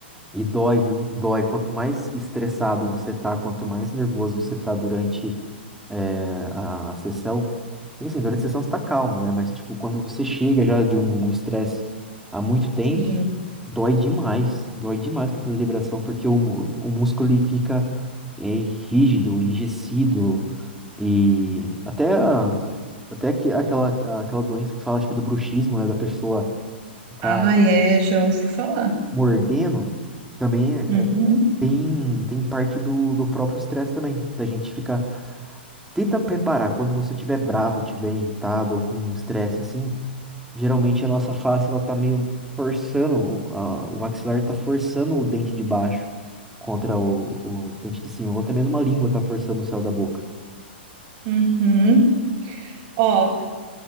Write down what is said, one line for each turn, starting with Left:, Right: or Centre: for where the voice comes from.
Centre: E dói, viu? Dói. Quanto mais estressado você tá, quanto mais nervoso você tá durante é, a, a sessão. E assim, durante a sessão você tá calmo, né? Mas, tipo, quando você chega já de um estresse há muito tempo,
Right: Sim.
Centre: dói demais. Dói demais pra fazer liberação, porque o, mu- o músculo ele fica é, rígido, enrijecido. E até, a- até que aquela, aquela doença que fala, acho que é do bruxismo, né? Da pessoa ficar
Right: Ah, é, já ouvi falar.
Centre: mordendo, também é-
Right: Uhum,
Centre: tem, tem parte do, do próprio estresse também. Da gente ficar Tenta preparar quando você estiver bravo, estiver irritado ou com um estresse assim. Geralmente a nossa face ela tá meio forçando, o- a, o maxilar tá forçando o dente de baixo contra o, o dente de cima. Ou até mesmo a língua tá forçando o céu da boca.
Right: uhum. Ó,